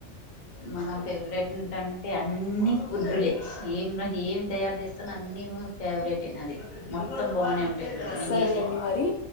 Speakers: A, on the left; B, on the left.
A: మా. ఫేవరెట్ ఏంటంటే అన్నీ ఫుడ్లే ఏం ఏం తయారు జేస్తాను అన్నీ ఫేవరెట్. ఫేవరెటే నాది మొత్తం బానే ఉంటాయి నేను
B: సరే
A: జేసేది.
B: అండి మరి